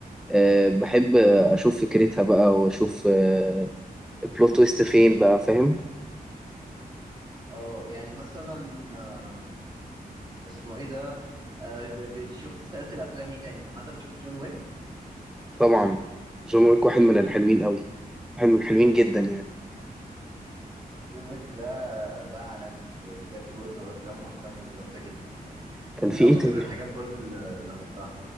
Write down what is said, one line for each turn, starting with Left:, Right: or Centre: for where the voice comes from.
Centre: أه بحب اشوف فكرتها بقى واشوف أه بلوت تويست فين بقى فاهم
Right: اه يعني مثلا آه اسمه ايه ده آه ب- ب- شفت سلاسل افلام ايه تانية يعني مثلا شفت جون ويك
Centre: طبعا جون ويك واحد من الحلوين قوي واحد من الحلوين جدا يعني
Right: جون ويك ده ده عالمي ب- بجد برضو افلامه افلامه جامده جدا من
Centre: كان
Right: من
Centre: في
Right: اكتر
Centre: ايه تاني
Right: الحاجات برضو اللي اللي بحبها